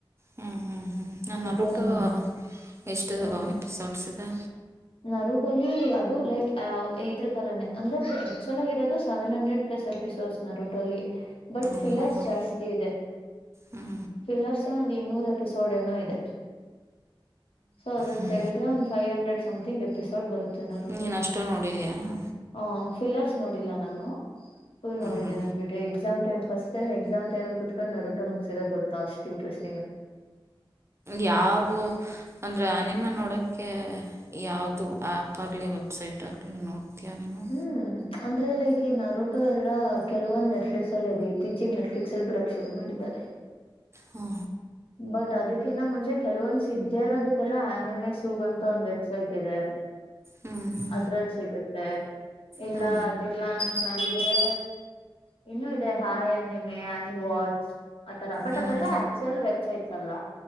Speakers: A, on the right; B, on the left.
A: ಹ್ಮ್ ಹ್ಮ್ ಹ್ಮ್ ನ ನನ್ನೊಬ್ಳ್ತವ
B: ಬಿಕಾಸ್ ನ
A: ಎಷ್ಟು
B: ಹ್ಮ್
A: ಎಪಿಸೋಡ್ಸ್ ಇದೆ.
B: ನರೂಟೋಲಿ ಅದು ಲೈಕ್ ಇದ್ರ ತರಾನೇ ಅಂದ್ರೆ ಆಕ್ಚುಲ್ ಆಗಿರೋದು ಸೆವೆನ್ ಹಂಡ್ರೆಡ್ ಪ್ಲಸ್ ಎಪಿಸೋಡ್ಸ್ ನರೂಟೋಲಿ. ಬಟ್ ಫಿಲ್ಲರ್ಸ್
A: ಓಹೋ ಹೋ
B: ಜಾಸ್ತಿ ಇದೆ
A: ಹ್ಞೂ
B: ಫಿಲ್ಲರ್ಸ್ ಒಂದು ಇನ್ನೂರ ಎಪಿಸೋಡ್ ಏನೋ ಇದೆ. ಸೊ ಅದನ್
A: ಹ್ಞೂ
B: ತೆಗದ್ರೆ ಒಂದ್ ಫೈವ್ ಹಂಡ್ರೆಡ್ <inaudible> ಎಪಿಸೋಡ್ ಬರುೆ ತ್ ನರುಟೋಲಿ
A: ನೀನು ಅಷ್ಟು ನೋಡಿದೀಯಾ ಹ್ಞೂ
B: ಹೂ ಅದ್.. ಫಿಲ್ಲರ್ಸ್ ನೋಡಿಲ್ಲ ನಾನು. ಫುಲ್ ನೋಡಿದೇನೆ
A: ಹ್ಞೂ
B: ಅದ್ ಬಿಿಟ್ಟು ಎಕ್ಸಾಮಂಪ್ ನಾನ್ ಫಸ್ಟ್ಮಮ್ ಎಕ್ಸಾಂ ಟೈಮಲ್ಲಿ ಕುತ್ಕೊಂಡ್ ನರುಟೊ ಮುಗಿಸಿರೋದು ಗೋತ್ತಾ ಅಷ್ಟ್ ಇಂಟ್ರೆಸ್ಟ್..
A: ಯಾವ ಅಂದ್ರೆ ನಿಮ್ಮ ನೋಡಕ ಯಾವ್ದ ಆಪ್ ಅಲ್ಲಿ ಇವತ್ತು ವೆಬ್ಸೈಟಲಿ ನೋಡ್ತೀಯಾ ನೀನು.
B: ಹ್ಮ್ ಅಂದ್ರೆ ಲೈಕ್ ಈ ನರುಟೋ ಎಲ್ಲಾ ಕೆಲವೊಂದ್ ನೆಟ್ಫ್ಲಿಕ್ಸ್ ಅಲ್ಲಿದೆ ಈ ಇತ್ತಿಚೆಗಾ ನೆಟ್ಫ್ಲಿಕ್ಸ್ ಅಲ್ಲಿ ಬಿಡಕ್ ಶುರು ಮಾಡಿದ್ದಾರೆ.
A: ಹ್ಞೂ
B: ಬಟ್ ಅದಕ್ಕಿನ್ನ ಮುಂಚೆ ಕೆಲವೊಂದ ಸಿಗದೆೇ ಇರೋದಕ್ಕೆಲ್ಲ ಆನಿಮೆ ಸೂಗ್ ಅಂತ ಒಂದ್ ವೆಬ್ಸೈಟ್ ಇದೆ
A: ಹ್ಞೂ ಹ್ಞೂ ಹ್ಞೂ
B: ಅದ್ರಲ್ಲಿ ಸಿಗುತ್ತೆ ಇಲ್ಲ
A: ಹ್ಞೂ ಹ್ಞೂ
B: ಅಂತ ಅಂದ್ರೆ ಇನ್ನುೂ ಇದೆ ಹಾಯ್ ಆ್ಯನಿಮೆ ಅನೀ ವಾಚ್ ಆತರ ಬಟ್
A: ಹ್ಞೂ ಹ್ಞೂ ಹ್ಞೂ ಹ್ಞೂ
B: ಅದೆಲ್ಲ
A: ಹ್ಞೂ ಹ್ಞೂ ಹ್ಞೂ
B: ಅಕ್ಟುಯಲ್ ವೆಬ್.. ವೆಬ್ಸೈಟಲ್ಲ